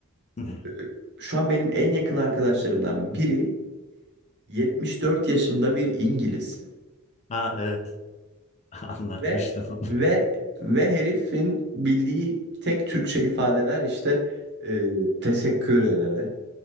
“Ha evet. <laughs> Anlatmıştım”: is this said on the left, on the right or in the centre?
Left